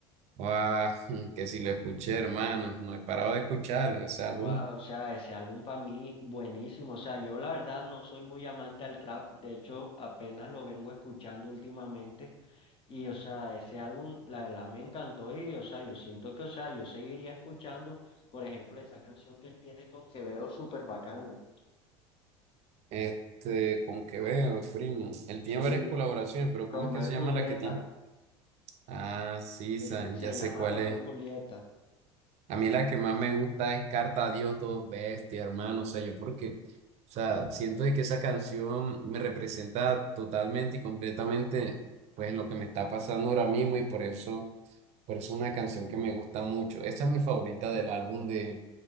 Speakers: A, on the right (about 50°); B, on the left (about 35°).
A: Ah, <laughs> que si lo escuché, hermano, no he parado de escucharlo, ese álbum,
B: Oh, Wow, o sea, ese álbum para mí buenísimo. O sea, yo la verdad no soy muy amante al trap. De hecho, apenas lo vengo escuchando últimamente. Y, o sea, ese álbum, la verdad me encantó. Y, o sea, yo siento que, o sea, yo seguiría escuchando, por ejemplo, esa canción que él tiene con Quevedo, súper bacana.
A: este, con qué veo, primo. Él
B: Sí,
A: tiene varias colaboraciones, pero
B: Romeo
A: ¿cómo es que se
B: y Julieta.
A: llama la que tiene? Ah, sí,
B: Se,
A: San,
B: se
A: ya sé
B: llama
A: cuál
B: Romeo
A: es.
B: y Julieta.
A: A mí la que más me gusta es Carta a Dios, dos bestia, hermano. O sea, yo porque, o sea, siento de que esa canción me representa totalmente y completamente, pues, lo que me está pasando ahora mismo y por eso, por eso es una canción que me gusta mucho. Esa es mi favorita del álbum de,